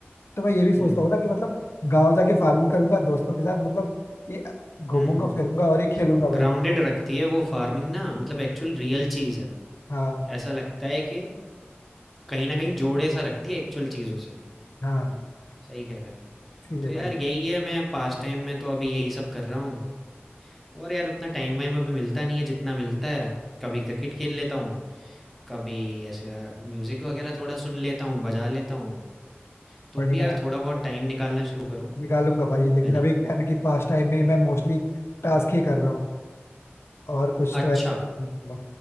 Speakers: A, on the left (about 75°); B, in the centre.
A: तो मैं ये भी सोचता
B: हम्म
A: हूँ ना कि मतलब गाँव जाके फार्मिंग करूंगा दोस्तों के साथ मतलब ये घूमूंगा
B: हम्म हम्म
A: फिरूंगा और ये खेलूंगा भाई
B: ग्राउंडेड रखती है वो फार्मिंग ना मतलब एक्चुअल रियल चीज़ है
A: हाँ
B: ऐसा लगता है कि कहीं ना कहीं जोड़े सा रखती है एक्चुअल चीज़ों से
A: हाँ
B: सही कह रहे हो
A: इसीलिए
B: तो यार
A: भाई
B: यही है मैं पास टाइम में तो अभी यही सब कर रहा हूँ और यार उतना टाइम वाइम अभी मिलता नहीं है जितना मिलता है कभी क्रिकेट खेल लेता हूँ कभी ऐसे यार म्यूजिक वगैरह थोड़ा सुन लेता हूँ बजा लेता हूँ तुम
A: बढ़िया
B: भी यार
A: है
B: थोड़ा बहुत टाइम निकालना शुरू करो
A: निकालूंगा भाई लेकिन
B: है ना
A: अभी क्या है ना कि पास टाइम में मैं मोस्टली टास्क ही कर रहा हूँ और कुछ
B: अच्छा
A: तो ऐसा नहीं हुआ।